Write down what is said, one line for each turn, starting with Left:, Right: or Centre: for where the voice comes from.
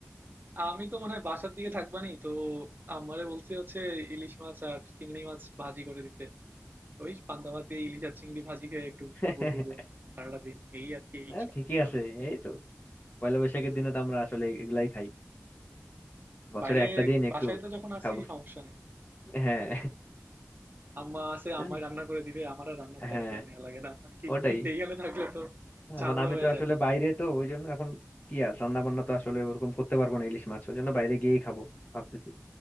Right: আমি তো মনে হয় বাসার দিকে থাকবানি তো আমারে বলছি হচ্ছে ইলিশ মাছ আর চিংড়ি মাছ ভাজি করে দিতে ওই পান্তা ভাত দিয়ে ইলিশ আর চিংড়ি ভাজি খেয়ে একটু
Left: <laughs>
Right: ঘুরবো টুরবো সারাটা দিন এই আর কি এই
Left: হ্যাঁ
Right: সব
Left: ঠিকই
Right: চিন্তা
Left: আছে
Right: ভাবনা করতেছি
Left: এই তো পয়লা বৈশাখের দিনে তো আমরা আসলে এগুলাই খাই বছরে
Right: বাইরে
Left: একটা দিন একটু
Right: বাসায় তো যখন আসি
Left: খাবো
Right: সমস্যা নেই
Left: <laughs> হ্যাঁ
Right: আম্মা আছে
Left: জানি।
Right: আম্মাই রান্না করে দিবে আমার আর রান্নার প্যারা
Left: হ্যাঁ
Right: ট্যারা নেওয়া লাগে না আর কি
Left: ওটাই
Right: কিন্তু এইখানে থাকলে তো ঝামেলা
Left: এখন আমি
Right: হয়ে
Left: তো আসলে
Right: যায়
Left: বাইরে তো ওই জন্য এখন কি আর রান্না বান্না তো আসলে ওরকম করতে পারবো না ইলিশ মাছ ওই জন্য বাইরে গিয়েই খাবো ভাবতেছি